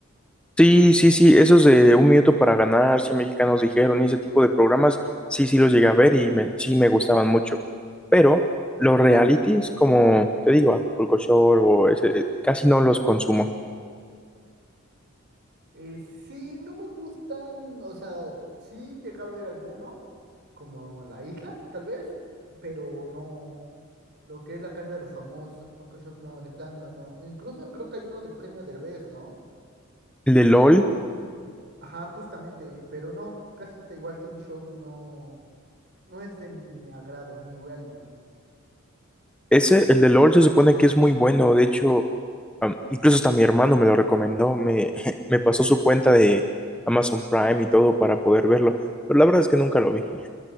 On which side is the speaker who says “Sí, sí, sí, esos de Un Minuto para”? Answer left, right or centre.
Centre